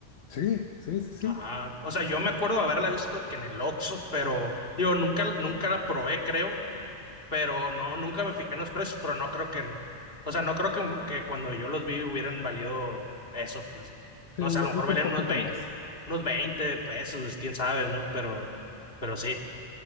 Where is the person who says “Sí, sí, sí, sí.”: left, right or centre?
Left